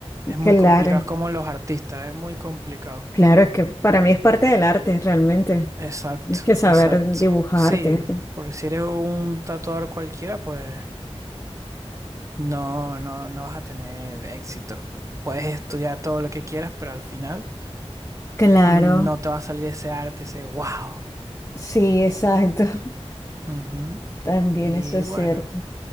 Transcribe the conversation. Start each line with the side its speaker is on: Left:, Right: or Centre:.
Right: Es muy
Left: claro,
Right: complicado, es como los artistas, es muy complicado.
Left: claro, es que para mí es parte del arte, realmente.
Right: Exacto,
Left: Tienes que saber
Right: exacto.
Left: dibujar,
Right: Sí,
Left: tienes que...
Right: porque si eres un tatuador cualquiera, pues no, no, no vas a tener éxito. Puedes estudiar todo lo que quieras, pero al final...
Left: Claro,
Right: no te va a salir ese arte, ese wow.
Left: sí, exacto. <laughs>
Right: Ujú.
Left: También
Right: Y
Left: eso es
Right: bueno,
Left: cierto.